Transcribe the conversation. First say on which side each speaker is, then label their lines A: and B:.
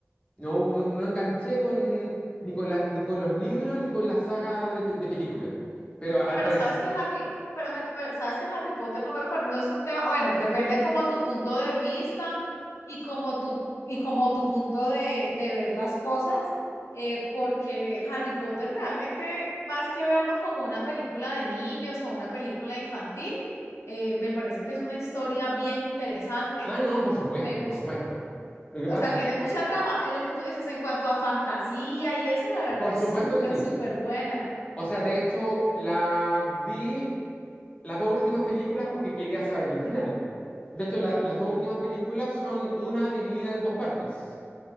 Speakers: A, on the left; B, on the left.
A: no, no, no enganché con, ni con la- ni con los libros ni con la saga de, pe- de películas. Pero al
B: Pero
A: parecer...
B: sabes que Harry, pero, me- pero sabes que Harry Potter no me parece, no es un tema, bueno, depende como tu punto de vista y como tu, y como tu punto de, de ver las cosas, eh, porque Harry Potter realmente, más que verlo como una película de niños o una película infantil, eh, me parece que es una historia bien interesante.
A: Ah, no, por supuesto,
B: Me gusta.
A: por supuesto. Lo que
B: o
A: pasa,
B: sea, tiene mucha trama. En lo que tú dices, en cuanto a fantasía y eso, la verdad
A: por
B: es
A: supuesto
B: súper,
A: que sí.
B: súper buena.
A: O sea, de hecho, la vi las dos últimas películas porque quería saber el final. De hecho, la- las dos últimas películas son una dividida en dos partes,